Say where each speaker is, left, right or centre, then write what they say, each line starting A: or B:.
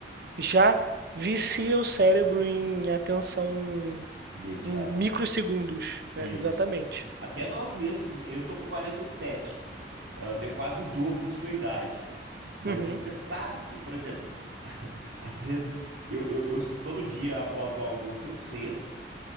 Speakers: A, on the right (about 55°); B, on the right (about 85°).
A: já vicia o cérebro em atenção
B: Imediata.
A: em microsegundos, né?
B: Isso.
A: Exatamente.
B: Até nós mesmos, né? Eu tô com 47. ah, Eu tenho quase o dobro da sua idade. Mas
A: Uhum,
B: você sabe que, por exemplo, <laughs> às vezes eu, eu, eu- todo dia após o almoço eu sento,